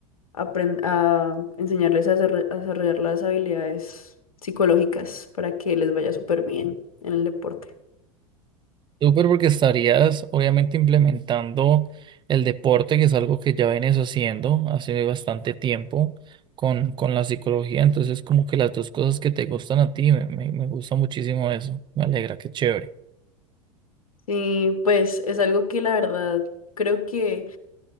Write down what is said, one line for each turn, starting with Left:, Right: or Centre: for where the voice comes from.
Left: apren- a enseñarles a desarro- a desarrollar las habilidades psicológicas para que les vaya súper bien en el deporte.
Right: Súper porque estarías obviamente implementando el deporte, que es algo que ya vienes haciendo hace bastante tiempo con, con la psicología. Entonces, como que las dos cosas que te gustan a ti, me, me, me gusta muchísimo eso. Me alegra, qué chévere.
Left: Sí, pues es algo que la verdad creo que